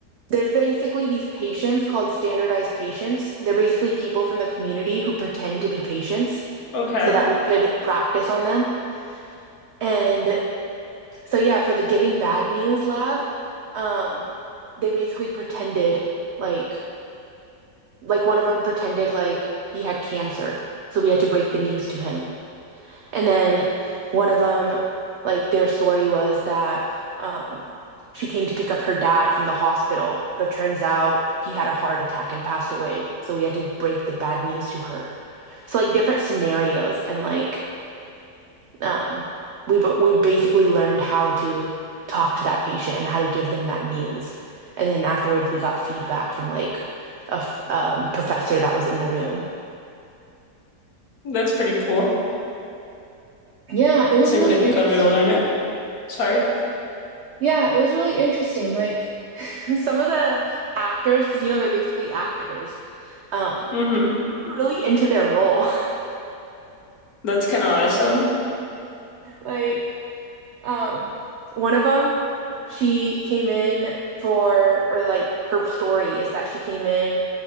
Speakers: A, on the right; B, on the left.
A: there's basically these patients called standardized patients. They're basically people from the community who pretend to be patients
B: Okay.
A: so that we could practice on them. And So yeah, for the Giving Bad News lab, um, they basically pretended like like one of them pretended like he had cancer. So we had to break the news to him. And then one of them, like their story was that um, she came to pick up her dad from the hospital, but turns out he had a heart attack and passed away. So we had to break the bad news to her. So like different scenarios and like um, we we basically learned how to talk to that patient and how to give them that news. And then afterwards, we got feedback from like a um, professor that was in the room.
B: That's pretty cool.
A: Yeah, it
B: That
A: was
B: seems
A: really
B: like
A: interesting.
B: a good way to learn it. Sorry.
A: Yeah, it was really interesting. Like, <laughs> Some of the actors, because you know they're basically actors, um,
B: Mm-hmm.
A: they were really into their role.
B: That's kind of awesome.
A: Like, um, one of them, she came in for, or like her story is that she came in